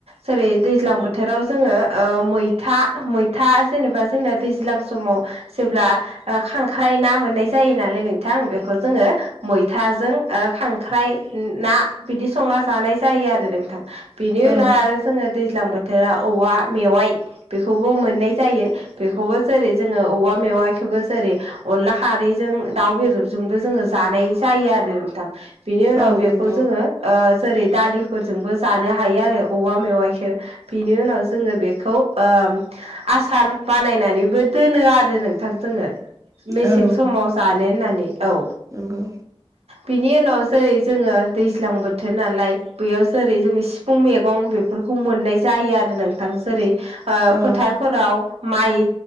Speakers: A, on the right; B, on the right.
A: जेरै दैज्लां बोथोराव जोङो ओ मैथा मैथा जेनेबा जोंना दैज्लां समाव जेब्ला ओ खांख्राइ ना मोननाय जायो नालाय नोंथां बेखौ जोङो मैथाजों ओ खांख्राइ ना बिदि संना जानाय जायो आरो नोंथां बेनि उनाव
B: औ
A: आरो जोङो दैज्लां बोथोराव औवा मेवाइ बेखौबो मोननाय जायो। बेखौबो जेरै जोङो औवा मेवाइखोबो जेरै अनला खारैजों दाउ बेदरजोंबो जोङो जानाय जायो आरो नोंथां बिनि उनाव
B: औ
A: बेखौ
B: नंगौ
A: जोङो ओ जेरै दालिफोरजोंबो जानो हायो आरो औवा मेवाइखो। बिनि उनाव जोङो बेखौ ओम आसार बानायनानैबो दोनो आरो नोंथां जोङो।
B: औ
A: मेसें समाव जानो होननानै औ।
B: नंगौ।
A: बिनि उनाव जेरै जोङो दैज्लां बोथोर नालाय बैयाव जेरै जोङो सिफुं मेगं बेफोरखौ मोननाय जायो आरो नों थां जेरै ओ
B: औ
A: फोथारफोराव माइ